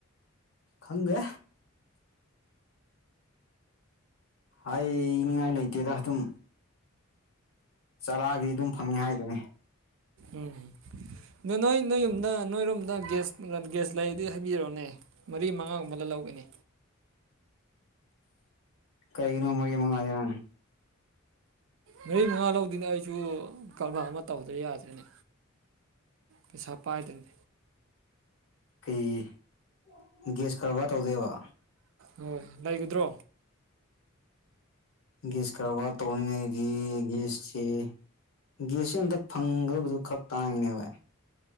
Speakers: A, on the left; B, on the right.
A: ꯈꯪꯦ ꯍꯥꯏꯅꯤꯡꯉꯥꯏ ꯂꯩꯇꯦꯗ ꯑꯗꯨꯝ ꯆꯔꯥꯒꯤ ꯑꯗꯨꯝ ꯐꯪꯉ ꯍꯥꯏꯗꯨꯅꯤ
B: ꯎꯝ ꯅ ꯅꯣꯏ ꯅꯣꯏ ꯌꯨꯝꯗ ꯅꯣꯏꯔꯣꯝꯗ ꯒ꯭ꯌꯥꯁ ꯒ꯭ꯌꯥꯁ ꯂꯩꯔꯗꯤ ꯍꯥꯏꯕꯤꯔꯛꯑꯣꯅꯦ ꯃꯔꯤ ꯃꯉꯥꯒꯨꯝꯕꯗ ꯂꯧꯒꯅꯤ
A: ꯀꯩꯅꯣꯃꯔꯤ ꯃꯉꯗ
B: ꯃꯔꯤ ꯃꯉꯥ ꯂꯧꯗꯅꯦ ꯑꯩꯁꯨ ꯀꯔꯕꯥꯔ ꯑꯃ ꯇꯧꯗ꯭ꯔ ꯌꯥꯗ꯭ꯔꯦꯅꯦ ꯄꯩꯁꯥ ꯄꯥꯏꯗꯅꯤ
A: ꯀꯩ ꯒꯦꯁ ꯀꯔꯕꯥꯔ ꯇꯧꯗꯣꯏꯕ
B: ꯍꯣꯏ ꯂꯩꯒꯗ꯭ꯔꯣ
A: ꯒꯦꯁ ꯈꯔꯕꯥꯔ ꯇꯧꯅꯤꯡꯉꯥꯏꯒꯤꯒꯦꯁꯁꯦ ꯒꯦꯁꯁꯦ ꯍꯟꯇꯛ ꯐꯪꯒꯗꯕꯗꯨ ꯈꯔ ꯇꯥꯡꯉꯤꯅꯦ ꯚꯥꯏ